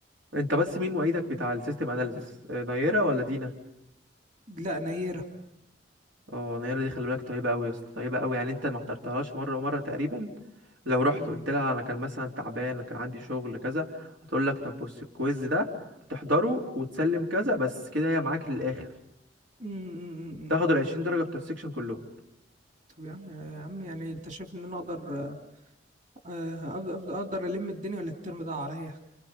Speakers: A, on the right; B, on the right.
A: انت بس مين معيدك بتاع السيستم اناليسيس آه، نيرة ولا دينا
B: لا نيره
A: اه نيرة دي خلي بالك طيبة قوي يا اسطى طيبة قوي يعني انت ما حضرتهاش مرة ومرة تقريبا لو رحت
B: امم
A: قلت لها انا كان مثلا تعبان انا كان عندي شغل كذا هتقول لك طب بص الكويز ده هتحضره وتسلم كذا بس كده هي معاك للاخر
B: امم امم، امم.
A: تاخد ال 20 درجة بتوع السكشن كلهم
B: طب يا عم يا عم يعني انت شايف ان انا اقدر آه، آه، أقدر أقدر ألم الدنيا ولا الترم ده عليا